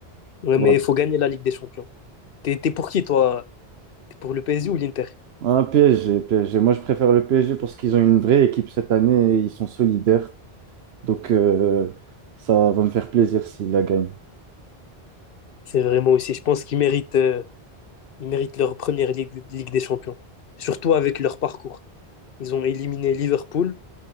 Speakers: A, on the left; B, on the right.
A: Ouais,
B: Voilà.
A: mais il faut gagner la Ligue des Champions. T'es t'es pour qui, toi? T'es pour le PSG ou l'Inter?
B: Un PSG, PSG. Moi, je préfère le PSG parce qu'ils ont une vraie équipe cette année et ils sont solidaires. Donc, euh, ça va me faire plaisir s'ils la gagnent.
A: C'est vraiment aussi, je pense qu'ils méritent, euh, ils méritent leur première Ligue, Ligue des Champions. Surtout avec leur parcours. Ils ont éliminé Liverpool,